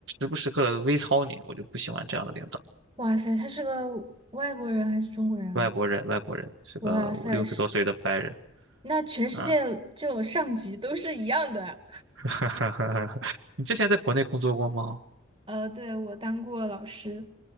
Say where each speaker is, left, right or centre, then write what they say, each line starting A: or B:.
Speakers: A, on the right; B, on the right.
A: 不时刻的微操你，我就不喜欢这样的领导。
B: 哇塞，他是个外国人还是中国人啊？
A: 外国人，外国人是个五六十多岁的白人
B: 哇塞，是，那全世界这种上级都是一样的啊
A: 啊。<laughs> 你之前在国内工作过吗？
B: 呃，对，我当过老师，